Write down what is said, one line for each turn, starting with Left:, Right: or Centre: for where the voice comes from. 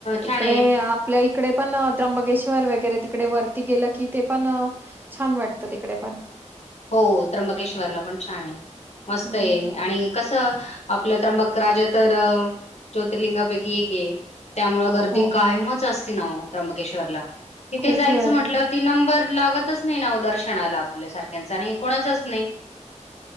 Left: छान
Right: ईकडे
Left: आहे
Right: आपल्यां ईकडे पणं त्र्यंबकेश्वर वगैरें तिकडे वरती गेलं की ते पणं छान वाटतं तिकडे पणं
Left: हो त्र्यंबकेश्वरला पणं छान आहे मस्तं
Right: हं,
Left: आहे आणि कसं आपलं त्र्यंबक राजा तरं ज्योतिर्लिंगापैकी एक आहे त्यामुळें गर्दी
Right: हो.
Left: काहींचं असं नां त्र्यंबकेश्वरला तिथे
Right: खूप
Left: जायचं
Right: गर्दी.
Left: म्हटलं ते नंबर लागतचं नाहीं नां ओ दर्शनालां आपल्यांसारखं त्यांच्या नाहीं आणि कोणाचं नाहीं